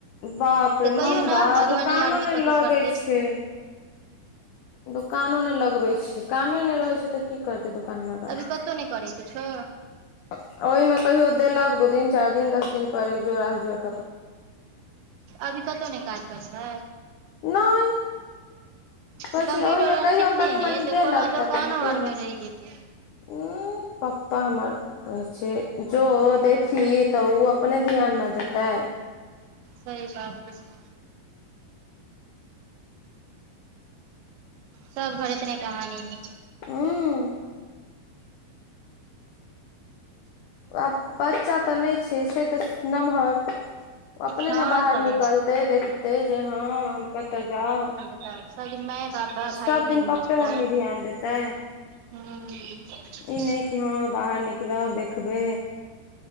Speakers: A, on the left; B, on the right.
A: बाप रे
B: तऽ कहियौ
A: मंदा
B: ने मधुबनी
A: दुकानो
B: आरमे
A: नहि
B: कतहु
A: लगै
B: करतै।
A: छै दुकानो नहि लगबै छै, कामे नहि रहै छै तऽ की करतै दुकान लगा
B: अभी
A: के,
B: कतहु नहि करै किछो
A: आ ओहिमे कहियो देलक दू दिन, चारि दिन, दस दिन पर एक जोड़ा स
B: अभी कतहु नहि काज करै छै।
A: नै। किछ
B: तऽ कम्प्यूटर
A: नहि ओहिमे
B: आर
A: कहियो
B: सिखने
A: कनी
B: हे
A: मनी
B: तऽ
A: देलक
B: कोनो दोकानो
A: तऽ अपन केलक।
B: आरमे रहि जेतै
A: उंह पप्पा हमर कहै छै जो देखही तऽ ओ अपने ध्यान ने देतै।
B: सही बात छै। सब घर एतने कहानी है।
A: ह आब बच्चा तऽ नहि छै, छै तऽ नमहर ओ अपने
B: हँ
A: ने बाहर
B: तऽ
A: निकलतै, देखतै, जे हम कतय जाउ।
B: सदिखन जे माये बाप वैह
A: सब
B: भाइ बहिन
A: दिन पप्पे
B: जेता,
A: मम्मी ध्यान देतै
B: हुं।
A: ई नहि हँ बाहर निकलब, देखबै।